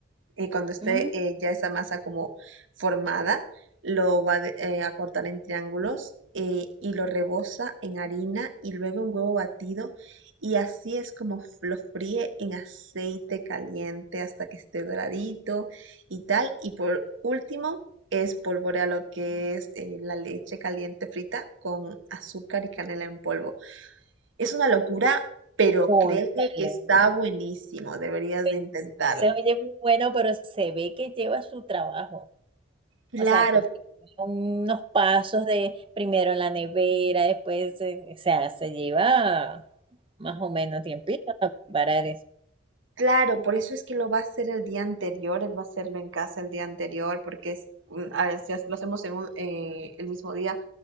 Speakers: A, on the right (about 80°); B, on the right (about 25°).
A: Y cuando esté
B: Mm,
A: eh, ya esa masa como formada, lo va de- eh, a cortar en triángulos eh, y lo reboza en harina y luego en huevo batido. Y así es como f- lo fríe en aceite caliente hasta que esté doradito y tal. Y por último, espolvorea lo que es eh, la leche caliente frita con azúcar y canela en polvo. Es una locura, pero
B: cónchale,
A: créeme que está buenísimo, deberías
B: pues,
A: de intentarlo.
B: no se oye muy bueno, pero se ve que lleva su trabajo.
A: Claro,
B: O sea, porque son unos pasos de primero en la nevera, después, eh, o sea, se lleva más o menos tiempito para
A: Claro, por eso es que lo va a hacer el día anterior, él va a hacerlo en casa el día anterior, porque es, un- a ver, si hace- lo hacemos en un- eh, el mismo día,